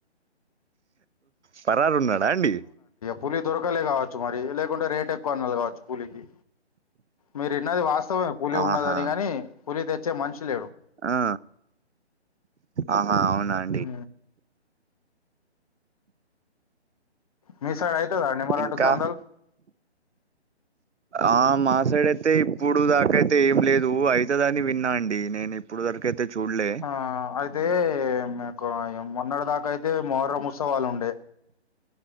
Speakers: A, on the right; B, on the left.
A: పరారు, ఉన్నాడా అండి.
B: పులిదొరకలే కావచ్చు. మరి లేకుంటే రేట్ ఎక్కువ అన్నారూ కావచ్చు. పులికి మీరున్నది వాస్తవే పులి ఉన్నదని
A: ఆహా
B: కాని పులి తెచ్చే మనిషి లేడు.
A: ఆ ఆహా అవునా అండి.
B: ఆ మీ సైడ్ అయితాద అండి. మరాఠ
A: ఇంకా
B: చందలు,
A: ఆ మాసైడ్ ఇతే ఇప్పుడు దాకైతే ఏం లేదు అయితే దాని విన్నా అండి. నేను ఇప్పుడు వరకైతే చూడలే.
B: ఆ అయితే మీకు మొన్నటి దాకా అయితే మొహ్రమ్ ఉత్సవాలు ఉండే